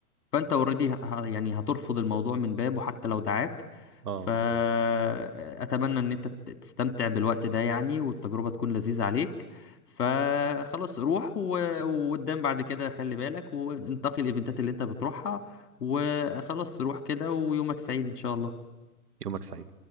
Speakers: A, on the left; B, on the right.
A: فانت اوريدي يعني هترفض الموضوع من بابه حتى لو دعاك
B: اه
A: فاتمنى ان انت ت- تستمتع بالوقت ده يعني والتجربة تكون لذيذة عليك فخلاص روح و- وقدام بعد كده خلي بالك وانتقي الايفنتات اللي انت بتروحها وخلاص روح كده ويومك سعيد ان شاء الله
B: يومك سعيد